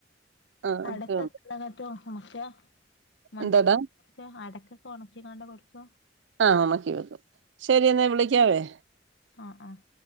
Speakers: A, on the right (about 80°); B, on the left (about 75°).
A: ആഹ്
B: അടക്ക
A: ഒക്കെയുണ്ട്
B: ന്നിറ്റും ഒണക്കിയ മണിക്ക്
A: എന്താടാ
B: അടക്കൊക്കെ ഉണക്കിക്കൊണ്ടാ കൊടുക്കുവ
A: ആ ഉണക്കി വെക്കും ശരി എന്നാ വിളിക്കാവേ
B: ആഹ് ആഹ്